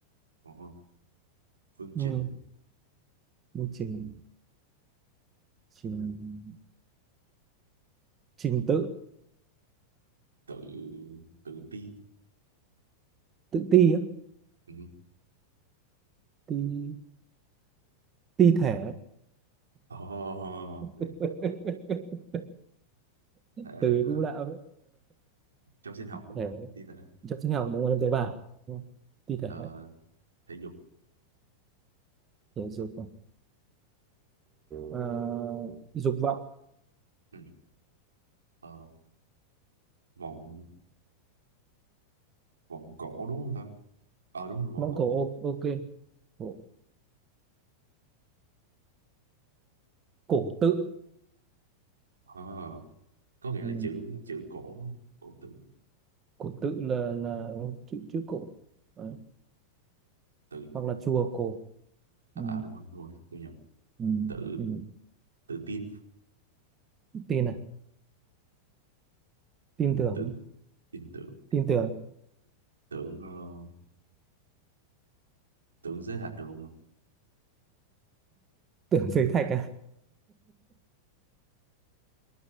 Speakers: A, on the right; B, on the right.
A: ờ, phương trình
B: ừ. một trình trình trình tự
A: tự tự ti
B: tự ti á
A: ừ.
B: ti ti thể
A: oh,
B: <laughs>
A: thể
B: từ cũng lạ
A: trong sinh học đúng
B: thế
A: không thi thể
B: chất sinh học đúng không? Em tế bào đúng không? Thi
A: ờ,
B: thể
A: thể dục
B: thể dục này. à, dục vọng
A: ừ. ờ, vọng vọng cổ đúng không ta ờ đúng rồi vọng
B: mong
A: cổ
B: cổ ô- ok cổ, cổ tự
A: Ờ, có nghĩa
B: ừ.
A: là chữ chữ cổ cổ tự
B: cổ tự là là chữ chữ cổ Đấy.
A: tự
B: hoặc là chùa cổ
A: à,
B: ừ.
A: à đúng rồi đúng rồi tôi nhầm
B: Ừ.
A: tự
B: Ừ.
A: tự tin
B: tin à, tin
A: ừ,
B: tưởng
A: tự tin tưởng
B: tin tưởng
A: tưởng ờ, tưởng giới hạt được không
B: tưởng <laughs> dưới thạch à